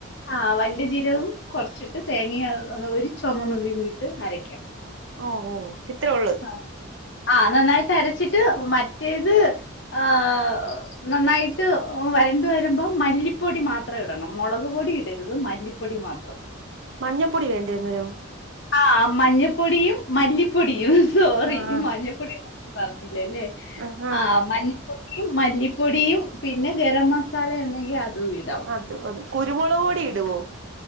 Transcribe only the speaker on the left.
ആഹ് വലിയ ജീരവും കുറച്ചിട്ട് തേങ്ങയും ഒരു ചുമന്നുള്ളിയും കൂടിയിട്ട് അരക്കാ
ആഹ് ആ നന്നായിട്ട് അരച്ചിട്ട് മറ്റേത് ആഹ് നന്നായിട്ട് വരണ്ട് വരുമ്പോ മല്ലിപ്പൊടി മാത്രം ഇടണം മുളക് പൊടി ഇടരുത് മല്ലിപ് പ്പൊടി മാത്രം
ആഹ് മഞ്ഞപ്പൊടിയും മല്ലിപ്പൊടിയും സോറി
ഈ
മഞ്ഞപ്പൊടി പറഞ്ഞില്ലല്ലേ
ആഹ് മഞ്ഞപ്പൊടിയും മല്ലിപ്പൊടിയും പിന്നെ ഗരം മസാല ഉണ്ടെങ്കിൽ അതും ഇടും